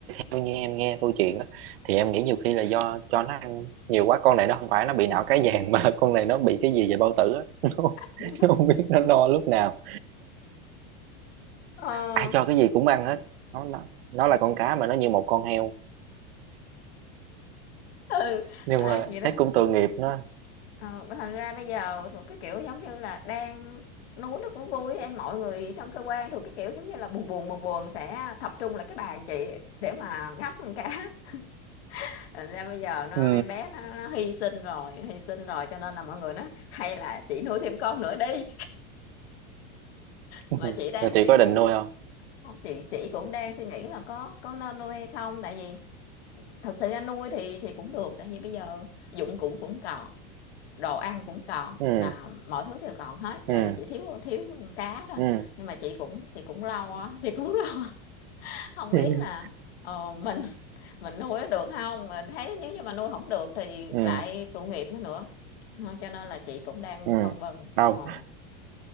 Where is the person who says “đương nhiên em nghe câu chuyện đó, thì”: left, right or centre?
Right